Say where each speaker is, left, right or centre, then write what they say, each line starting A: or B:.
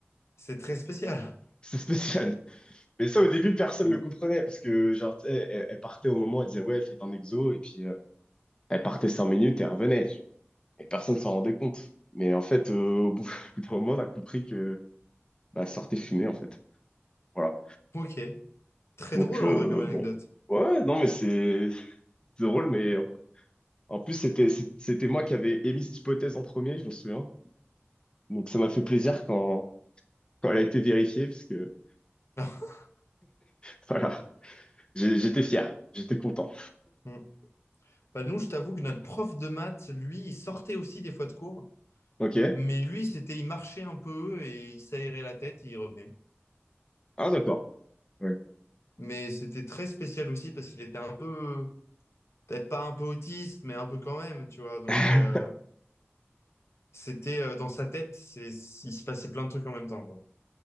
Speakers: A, on the left (about 75°); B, on the left (about 20°).
A: c'est très spécial.
B: C'est spécial. Mais ça, au début, personne
A: Hmm.
B: le comprenait parce que, genre, tu sais, elle, elle partait au moment, elle disait, ouais, faites un exo, et puis euh, elle partait cinq minutes et elle revenait. Et personne s'en rendait compte. Mais en fait, euh, au bout <laughs> d'un moment, on a compris que, bah, elle sortait fumer, en fait. Voilà.
A: Ok. Très
B: Donc,
A: drôle,
B: euh,
A: en vrai, comme anecdote.
B: bon. Ouais, non, mais c'est c'est drôle, mais en, en plus, c'était c'est- c'était moi qui avais émis cette hypothèse en premier, je m'en souviens. Donc, ça m'a fait plaisir quand, quand elle a été vérifiée, parce que,
A: <laughs>
B: <laughs> voilà, J'ai- j'étais fier, j'étais content.
A: Hmm. Bah, nous, je t'avoue que notre prof de maths, lui, il sortait aussi des fois de cours.
B: Ok?
A: Mais lui, c'était, il marchait un peu et il s'aérait la tête et il revenait.
B: Ah, d'accord. Ouais.
A: Mais c'était très spécial aussi parce qu'il était un peu, peut-être pas un peu autiste, mais un peu quand même, tu vois. Donc,
B: <laughs>
A: euh, c'était euh, dans sa tête, c'est, il se passait plein de trucs en même temps, quoi.